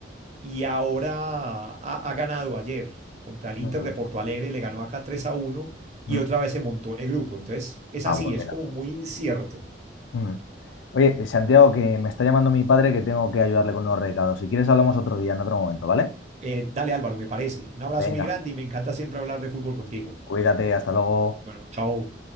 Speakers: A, on the right; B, on the left.
A: y ahora ha, ha ganado ayer contra el Inter
B: mm,
A: de Porto Alegre, le ganó acá 3 a uno y
B: mm.
A: otra vez se montó en el grupo. Entonces, es
B: Ah,
A: así,
B: bueno,
A: es
B: mira.
A: como muy incierto.
B: Mm. Oye, Santiago, que me está llamando mi padre que tengo que ayudarle con unos recados. Si quieres, hablamos otro día, en otro momento, ¿vale?
A: Eh, dale Álvaro, me parece. Un abrazo
B: Venga,
A: muy grande y me encanta siempre hablar de fútbol contigo.
B: cuídate, hasta luego.
A: Bueno, chao.